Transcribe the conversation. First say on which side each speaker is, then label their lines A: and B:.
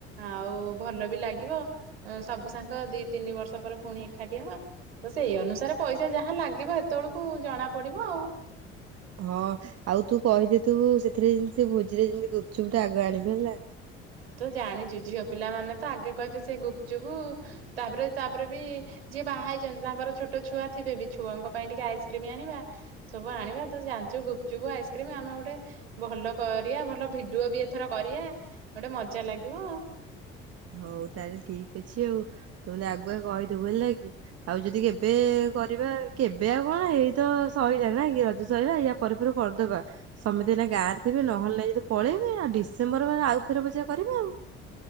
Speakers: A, on the right; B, on the right.
A: ଆଉ ଭଲ ବି ଲାଗିବ ସବୁ ସାଙ୍ଗ ଦି ତିନି ବର୍ଷ ପରେ ପୁଣି ଏକାଠି ହବା ତ ସେଇ ଅନୁସାରେ ପଇସା ଯାହା ଲାଗିବ ସେତେବେଳକୁ ଜଣା ପଡିବ ଆଉ
B: ହଁ ଆଉ ତୁ କହିଦେଇଥଇବୁ ସେଥିରେ ଯେମିତି ସେ ଭୋଜିରେ ଯେମିତି ଗୁପଚୁପୁ ଟା ଆଗ ଆଣିବି ହେଲା
A: ତ ଜାଣିଛୁ ଝିଅ ପିଲାମାନେ ତ ଆଗେ କହିବେ ସେ ଗୁପଚୁପୁ ତାପରେ ତାପରେ ବି ଯିଏ ବାହା ହେଇଛନ୍ତି ତାଙ୍କର ଛୋଟ ଛୁଆ ଥିବେ ବି ଛୁଆଙ୍କ ପାଇଁ ଟିକେ ଆଇସ୍କ୍ରିମ ଆଣିବା ସବୁ ଆଣିବା ତୁ ଜାଣିଛୁ ଗୁପୁଚୁ୍ପୁ ଆଇସ୍କ୍ରିମ୍ ଆମେ ଗୋଟେ ଭଲ କରିବା ଭଲ ଭିଡିଓ ବି ଏଥର କରିବା ଗୋଟେ ମଜା ଲାଗିବ
B: ହଉ ତାହେଲେ ଠିକ ଅଛି ଆଉ ତୁ ମୋତେ ଆଗୁଆ କହିଦେବୁ ହେଲା କି ଆଉ ଯଦି କେବେ କରିବା କେବେ ଆଉ କଣ ଏଇତ ସରିଲା ନାଇକି ରଜ ସରିଲା ଇା ପରେ ପରେ କରିଦବା ସମଟେ ଏଇନା ଗାଁରେ ଥିବେ ନହେଲେ ନାଇ ଯଦି ପଳେଇବେ ଆଉ ଡିସେମ୍ବରରେ ଆଉ ଥରେ ପୂଜା କରିବ ଆଉ